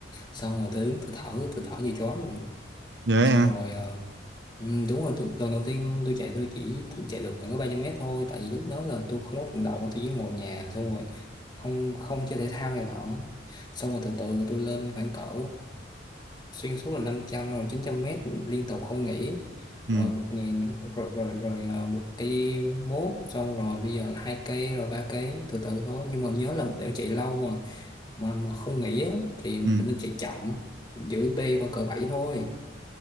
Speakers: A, on the left; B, on the right.
A: xong rồi tôi đứng tôi thở tôi thở như chó luôn
B: vậy
A: xong
B: hả
A: rồi ờ, Ừ, đúng rồi tôi, lần đầu tiên tôi chạy tôi chỉ chạy được khoảng có 300 mét thôi tại vì lúc đó là tôi không có vận động tôi chỉ ngồi nhà xong rồi không không chơi thể thao này nọ xong rồi từ từ tôi lên khoảng cỡ xuyên suốt là 500 rồi 900 mét liên tục không nghỉ
B: ừ
A: rồi một nghìn rồi rồi rồi à, một cây mốt xong rồi bây giờ là hai cây rồi ba cây từ từ thôi nhưng mà nhớ là để chạy lâu mà mà mà không nghỉ á, thì mình
B: Ừ.
A: nên chạy chậm giữ B vào cỡ 7 thôi